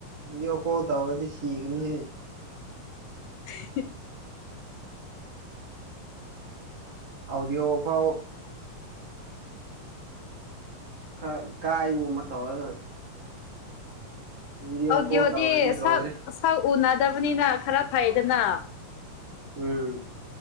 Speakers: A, on the right; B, on the left.
A: ꯕꯤꯗꯤꯑꯣ ꯀꯣꯜ ꯇꯧꯔꯗꯤ ꯁꯤꯀꯅꯤ ꯍ‌ꯦ
B: <unintelligible>
A: ꯑꯥꯎꯗꯤꯌ‌ꯧ ꯐꯥꯎ ꯈꯔ ꯀꯥꯏꯕ ꯑꯃ ꯇꯧꯔꯒ ꯚꯤꯗꯤꯑꯣ
B: ꯑꯣꯒꯤꯌꯣꯗꯤ
A: ꯀꯣꯜ ꯇꯧꯔꯗꯤ ꯂꯣꯏꯔꯦ
B: ꯁꯛ ꯁꯛ ꯎꯅꯗꯕꯅꯤꯅ ꯈꯔ ꯐꯩꯗꯅ
A: ꯎꯝ